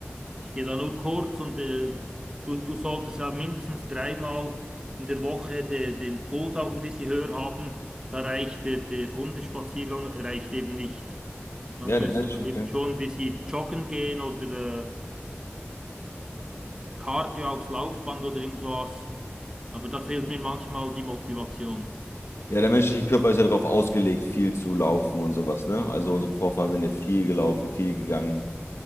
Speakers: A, on the right; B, on the left.
A: Ich gehe da nur kurz und äh, du, du solltest ja mindestens dreimal in der Woche de, den Puls auch ein bisschen höher haben. Da reicht der, der Hundespaziergang reicht eben nicht. Man
B: Ja,
A: müsste
B: der menschliche,
A: dann eben schon ein bisschen joggen gehen oder äh, Cardio aufs Laufband oder irgend sowas. Aber da fehlt mir manchmal die Motivation.
B: ja, der menschliche Körper ist ja darauf ausgelegt, viel zu laufen und sowas, ne? Also unsere Vorfahren sind ja viel gelaufen, viel gegangen.